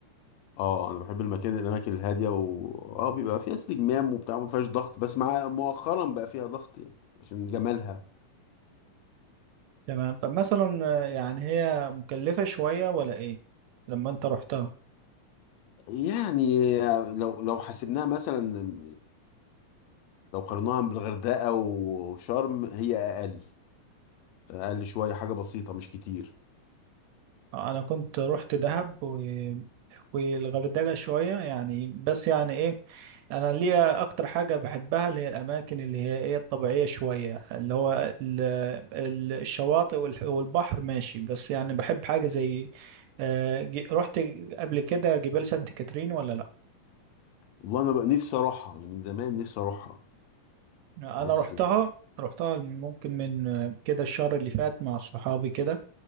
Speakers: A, on the left (about 85°); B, on the right (about 80°).
A: اه انا بحب المكان الاماكن الهادية و اه بيبقى فيها استجمام وبتاع ما فيهاش ضغط بس مع مؤخرا بقى فيها ضغط يعني عشان جمالها
B: تمام طب مثلا آه، يعني هي مكلفة شوية ولا ايه لما انت رحتها
A: يعني لو لو حسبناها مثلا لو قارناها بالغردقة وشرم هي أقل أقل شوية حاجة بسيطة مش كتير
B: آه، انا كنت رحت دهب و... والغردقة شوية يعني بس يعني ايه انا ليا اكتر حاجه بحبها اللي هي الاماكن اللي هي ايه الطبيعيه شويه اللي هو ال- ال- الشواطئ والح- والبحر ماشي بس يعني بحب حاجه زي آه، ج- رحت قبل كده جبال سانت كاترين ولا لا
A: والله أنا بقى نفسي أروحها يعني من زمان نفسي أروحها
B: انا
A: بس
B: رحتها رحتها ممكن من آه، كده الشهر اللي فات مع صحابي كده